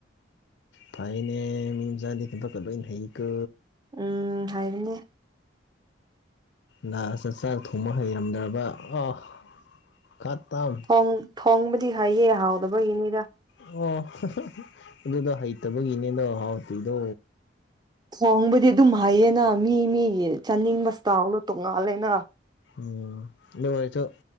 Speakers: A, on the left; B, on the right.
A: ꯐꯥꯏꯅꯦ ꯃꯤꯖꯥꯗꯤ ꯊꯕ ꯀ ꯂꯣꯏꯅ ꯍꯩꯀ
B: ꯎꯝ ꯍꯥꯏꯔꯤꯅꯦ
A: ꯅꯪ ꯆꯥꯛ ꯊꯣꯡꯕ ꯍꯩꯔꯝꯗ꯭ꯔꯕ ꯑꯣ ꯈꯠꯇꯝ
B: ꯊꯣꯡ ꯊꯣꯡꯕꯗꯤ ꯍꯥꯏꯌꯦ ꯍꯥꯎꯗꯕꯒꯤꯅꯤꯗ
A: ꯑꯣ ꯑꯗꯨꯗꯣ ꯍꯩꯇꯕꯒꯤꯅꯦꯗꯣ ꯍꯥꯎꯇꯣꯏꯗꯣ
B: ꯊꯣꯡꯕꯗꯤ ꯑꯗꯨꯝ ꯍꯩꯌꯦꯅ ꯃꯤ ꯃꯤꯒꯤ ꯆꯥꯅꯤꯡꯕ ꯁꯇꯥꯜꯗꯣ ꯇꯣꯡꯉꯥꯜꯂꯦꯅ
A: ꯎꯝ ꯑꯗꯨ ꯑꯣꯏꯔꯁꯨ